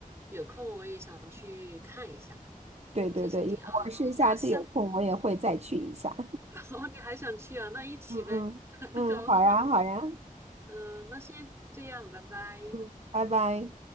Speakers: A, on the right; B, on the right.
A: 有空我也想去看一下，
B: 对对对，
A: 谢谢你啊，
B: 我是下次有空我也会再去一下。
A: 那下次 <laughs> 哦，你还想去啊？那一起呗，
B: 嗯嗯，
A: <laughs>
B: 嗯，
A: 走，
B: 好呀好呀。
A: 嗯，那先这样，拜拜。
B: 嗯，拜拜。